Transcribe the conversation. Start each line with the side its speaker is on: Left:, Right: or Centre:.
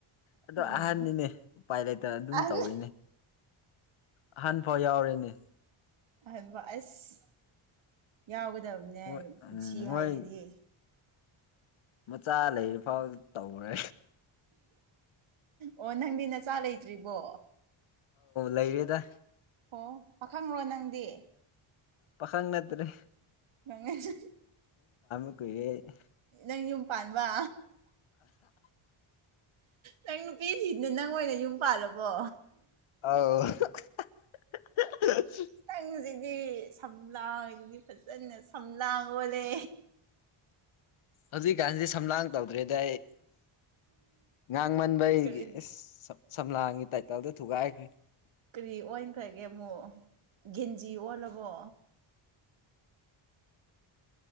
Left: ꯑꯗꯣ
Right: ꯎꯝ
Left: ꯑꯍꯟꯅꯤꯅꯦ ꯎꯄꯥꯏ ꯂꯩꯇꯅ ꯑꯗꯨꯝ
Right: ꯑꯍꯟꯅꯤ
Left: ꯇꯧꯔꯤꯅꯦ ꯑꯍꯟ ꯐꯥꯎ ꯌꯥꯎꯔꯤꯅꯦ
Right: ꯑꯕ ꯑꯁ ꯌꯥꯎꯒꯗꯕꯅꯦ
Left: ꯃꯣꯏ ꯎꯝ
Right: ꯄꯨꯟꯁꯤ ꯍꯥꯏꯁꯤꯗꯤ
Left: ꯃꯣꯏ ꯃꯆꯥ ꯂꯩꯔꯤ ꯐꯥꯎ ꯇꯧꯔꯦ
Right: ꯑꯣ ꯅꯪꯗꯤ ꯅꯆꯥ ꯂꯩꯇ꯭ꯔꯤꯕꯣ
Left: ꯂꯩꯔꯦꯗ
Right: ꯑꯣ ꯄꯥꯈꯪ꯭ꯔꯣ ꯅꯪꯗꯤ
Left: ꯄꯈꯪ ꯅꯠꯇ꯭ꯔꯔꯤ
Right: ꯉꯪꯉꯥꯏꯁꯨ
Left: ꯀꯨꯏꯔꯦ
Right: ꯅꯪ ꯌꯨꯝ ꯄꯥꯟꯕ ꯅꯪ ꯅꯨꯄꯤ ꯊꯅ ꯅꯪ ꯑꯣꯏꯅ ꯌꯨꯝ ꯄꯥꯜꯂꯕꯣ
Left: ꯑꯧ <inaudible>
Right: ꯅꯪꯁꯤꯗꯤ ꯁꯝꯂꯥꯡꯗꯤ ꯐꯖꯅ ꯁꯝ ꯂꯥꯡ ꯑꯣꯂꯦ
Left: ꯍꯧꯖꯤꯗꯤꯒꯥꯟꯗ ꯁꯝꯂꯥꯡ ꯇꯧꯗ꯭ꯔꯦꯗ ꯑꯩ ꯉꯥꯡꯃꯟꯕ ꯑꯩꯒꯤ
Right: ꯀꯔꯤ
Left: ꯑꯦꯁ ꯁꯝꯂꯥꯡꯒꯤ ꯇꯥꯏꯇꯥꯜ ꯊꯨꯒꯦꯈꯣꯏ
Right: ꯀꯔꯤ ꯑꯣꯟꯈ꯭ꯔꯒꯦ ꯑꯃꯨꯛ ꯒꯦꯟꯖꯤ ꯑꯣꯜꯂꯕꯣ